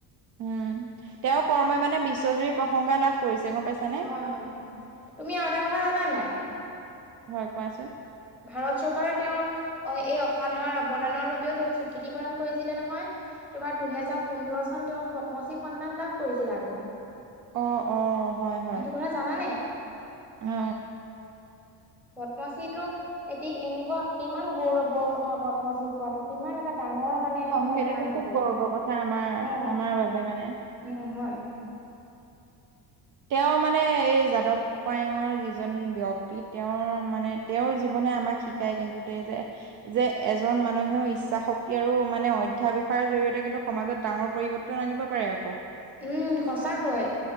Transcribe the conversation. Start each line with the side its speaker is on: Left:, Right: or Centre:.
Right: উম'। তেওঁ কৰ্মই মানে বিশ্বজুৰি প্ৰশংসা লাভ কৰিছে, গম পাইছানে।
Centre: হয়-হয়। তুমি আৰু এটা কথা জানা নাই?
Right: হয় কোৱাচোন?
Centre: ভাৰত চৰকাৰে তেওঁৰ এই অসাধাৰণ অৱদানৰ বাবেও তেওঁক স্বীকৃতি প্ৰদান কৰিছিলে নহয়। তোমাৰ দুহেজাৰ পোন্ধৰ চন তেওঁৰ পদ্মশ্ৰী সন্মান লাভ কৰিছিল আকৌ।
Right: অ-অ, হয়-হয়।
Centre: সেইটো কথা জানানে?
Right: অ
Centre: পদ্মশ্ৰী টো এটি এনেকুৱা কিমান গৌৰৱৰ কথা পদ্মশ্ৰী পোৱাটো, কিমান এটা ডাঙৰ মানে
Right: অ,
Centre: সন্মান
Right: সেইটোতো
Centre: সেইটো।
Right: খুব গৌৰৱৰ কথা আমাৰ-আমাৰ
Centre: অ'।
Right: বাবে মানে।
Centre: উম' হয়।
Right: তেওঁৰ মানে এই যাদৱ পায়ঙৰ যিজন ব্যক্তি, তেওঁৰ মানে তেওঁৰ জীৱনে আমাক শিকায় কিন্তু দে যে। যে এজন মানুহেও ইচ্ছা শক্তি আৰু মানে অধ্যায়ৰ জৰিয়তে কিন্তু সমাজত ডাঙৰ পৰিৱৰ্তন আনিব পাৰে আকৌ।
Centre: উম' সঁচাকৈয়ে।